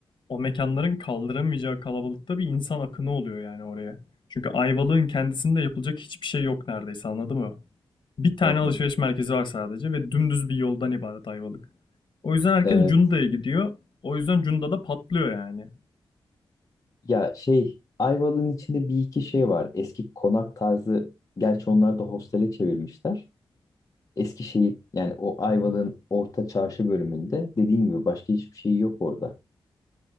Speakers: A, on the left; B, on the left.
A: o mekanların kaldıramayacağı kalabalıkta bir insan akını oluyor yani oraya. Çünkü Ayvalık'ın kendisinde yapılacak hiçbir şey yok neredeyse anladın mı? Bir tane
B: Hı hı.
A: alışveriş merkezi var sadece ve dümdüz bir yoldan ibaret Ayvalık. O yüzden herkes
B: Evet.
A: Cunda'ya gidiyor. O yüzden Cunda'da patlıyor yani.
B: Ya şey Ayvalık'ın içinde bir iki şey var. Eski konak tarzı gerçi onları da hostele çevirmişler. Eski şeyi yani o Ayvalık'ın orta çarşı bölümünde dediğin gibi başka hiçbir şey yok orada.